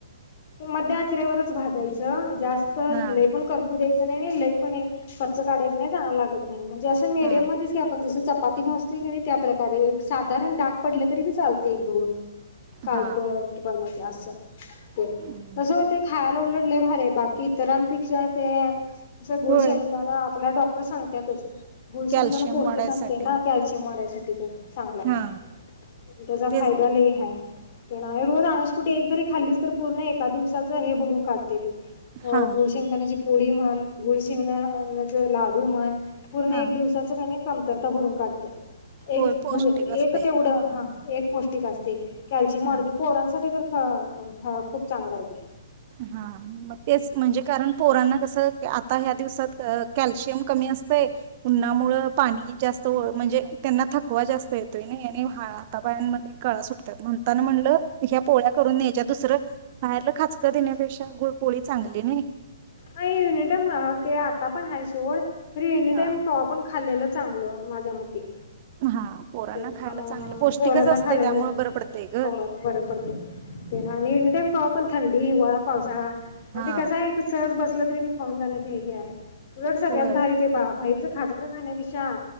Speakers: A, on the left; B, on the right.
A: मध्य आचेवरच भाजायच. चल. जास्त
B: हा
A: लई पण करपू द्यायची तस नाही लई पण खर्च काढायच नाही चांगल लागत नाही मग जस मिडयम
B: हा
A: मध्येच की आपण जस चपा चपाती भाजतोय क नई त्या प्रकारे साधारण डाग पडल तरी बी चालतय एक दोन काळपट
B: हा.
A: बनवतय अस. ते
B: हम्म.
A: कस होतय खायला उलट लई भारी हाय बाकी इतरांपेक्षा ते अ. अस गुळ
B: होय
A: शेंगदाणा आपल्या डॉ तस सांगत्यातच. गुळशेंगदाणा
B: कॅल्शियम
A: पौष्टिक
B: वाढायसाठी
A: असतय ना कॅल्शियम वाढायसाठी. <unintelligible> चांगला
B: हा
A: आहे त्याचा
B: तेच
A: फायदा लई हाय. ते ना र आणसपुटी एक जरी खाल्लीस तर पूर्ण एका दिवसाच हे भरून काढतय ते. होय
B: हा.
A: गुळ शेंगदाण्याची पोळी म्हण गुल शेंगदाण्याचं लाडू म्हण. पूर्ण
B: हा
A: एक दिवसाच कन्हे कमतरता भरून काढत्या.
B: होय
A: एक
B: पौष्टिक
A: गुळ
B: असतंय
A: एक तेवढं हा. एक पौष्टिक असतय. कॅल्शियम
B: हा
A: वाढवतय पोरांसाठी तर ह ह खूप चांगला आहे ते.
B: हा मग तेच म्हणजे कारण पोरांना कसं. आता ह्या दिवसात कॅल्शियम कमी असतय. उन्हामुळ पाणी जास्त व म्हणजे त्यांना थकवा जास्त येतोय नाई हा आता पायांमध्ये कळा सुट त्यात म्हणता म्हल <unintelligible> या पोळ्या करून न्यायच्या, बाहेरलं खात <unintelligible> देण्यापेक्षा गुळपोळी चांगली नइ.
A: नाही एनी टाईम ते आता पण आहे सोड. एनी
B: हा
A: टाईम कवा पण खाल्लेलं चांगलं माझ्या मते.
B: हा. पोरांना
A: अ
B: खायला चांगलं पौष्टिकच
A: पोरांना
B: असतंय
A: खालेलं
B: त्यामुळे बरं पडतंय ग
A: हो बरं पडतंय आणि एनी टाइम खवा पण थंडी, हिवाळा पावसाळा आणि
B: हा
A: ते कसं आहे सहज बस कसलं तरी मी खाऊन झालं की हे हाय उलट सगळ्यांत
B: होय
A: भारी ते बा बाहेरचं खाजग खाण्यापेक्षा